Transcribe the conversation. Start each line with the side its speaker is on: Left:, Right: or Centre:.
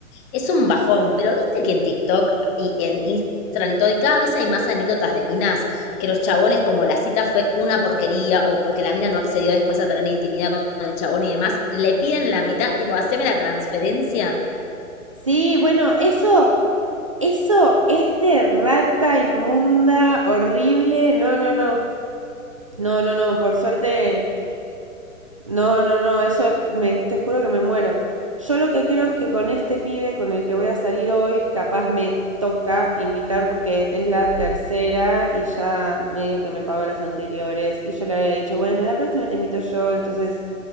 Left: es un bajón, pero viste que en TikTok y en Instagram y todo, y cada vez hay más anécdotas de minas, que los chabones como la cita fue una porquería o porque la mina no accedió después a tener intimidad con el chabón y demás, le piden la mitad, tipo, haceme la transferencia.
Right: Sí, bueno, eso, eso es de rata inmunda, horrible, no, no, no, no, no, no, por suerte No, no, no, eso me, te juro que me muero. Yo lo que creo es que con este pibe con el que voy a salir hoy, capaz me toca invitar porque es la tercera y ya medio que me pagó las anteriores y yo le había dicho, bueno, la próxima te invito yo, entonces,